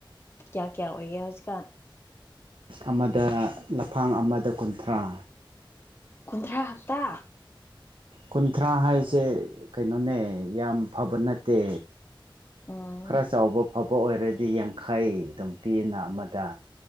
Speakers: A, on the left; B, on the right.
A: ꯀꯌꯥ ꯀꯌꯥ ꯑꯣꯏꯒꯦ ꯍꯧꯖꯤꯛꯀꯥꯟ
B: ꯑꯃꯗ ꯂꯐꯥꯡ ꯑꯃꯗ ꯀꯨꯟꯊ꯭ꯔꯥ
A: ꯀꯨꯟꯊ꯭ꯔꯥ ꯈꯛꯇꯥ
B: ꯀꯨꯟꯊ꯭ꯔꯥ ꯍꯥꯏꯁꯦ ꯀꯩꯅꯣꯅꯦ ꯌꯥꯝ ꯐꯕ ꯅꯠꯇꯦ
A: ꯑꯣ
B: ꯈꯔ ꯆꯥꯎꯕ ꯐꯕ ꯑꯣꯏꯔꯗꯤ ꯌꯥꯡꯈꯩ ꯑꯗꯨꯝ ꯄꯤꯑꯅ ꯑꯃꯗ